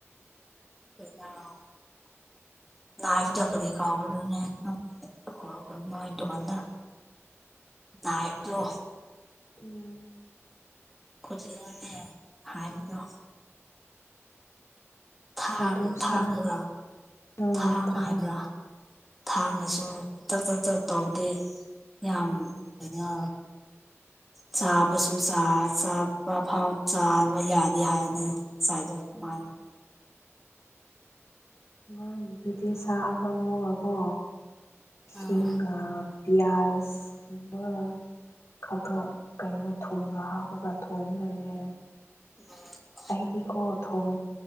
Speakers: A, in the centre; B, on the left (about 80°).
A: <unintelligible> ꯅꯥꯏꯐꯇ ꯀꯔꯤ ꯀꯥꯎꯕꯅꯣꯅꯦ <unintelligible> ꯈꯣꯏꯈꯣꯏ ꯅꯣꯏ ꯗꯨꯀꯥꯟꯗ ꯅꯥꯏꯕꯗꯣ
B: ꯎꯝ
A: ꯈꯨꯂꯅꯦ ꯍꯥꯏꯕꯗꯣ ꯊꯥꯡ
B: ꯑꯗꯨ ꯁꯥ
A: ꯊꯥꯡꯕ꯭ꯔꯥ
B: ꯎꯝ
A: ꯊꯥꯡ
B: ꯊꯥꯎ
A: ꯍꯥꯏꯕ꯭ꯔꯥ ꯊꯥꯡꯅꯁꯨ ꯆꯛ ꯆꯠ ꯆꯠ ꯇꯧꯗꯦ ꯌꯥꯝ
B: ꯎꯝ
A: ꯀꯩꯅ ꯆꯥꯕꯁꯨ ꯆꯥꯕ ꯐꯥꯎ ꯆꯥꯕ ꯌꯥꯗꯦ ꯍꯥꯏꯅꯦ ꯁꯥꯖ
B: ꯎꯝ
A: ꯃꯥꯗꯣ
B: ꯃꯥꯒꯤꯗꯨꯗꯤ ꯁꯥꯥ ꯑꯀꯡꯕꯒꯀꯣ ꯏꯁꯤꯡꯒ
A: ꯑꯥ
B: ꯄꯤꯌꯥꯁꯀꯨꯝꯕ ꯈꯛꯇ ꯀꯩꯅꯣ ꯊꯨꯝꯒ ꯍꯥꯞꯄꯒ ꯊꯣꯡꯗꯣꯏꯅꯦ
A: ꯎꯝ
B: ꯥꯑꯩꯗꯤ ꯀꯣ ꯊꯣꯡ